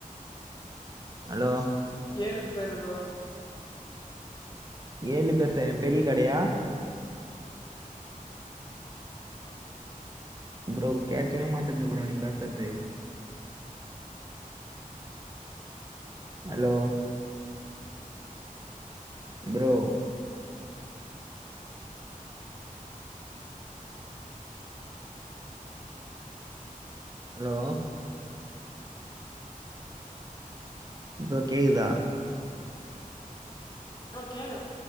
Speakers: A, on the right; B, on the left.
A: ஹலோ
B: ஏழு பேரு ப்ரோ
A: ஏழு பேரு ச பெரிய கடையா ப்ரோ கேக்கவே மாட்டேது ப்ரோ நீ பேசுறது ஹலோ ப்ரோ ஹலோ ப்ரோ கேக்குதா
B: ப்ரோ கேக்குத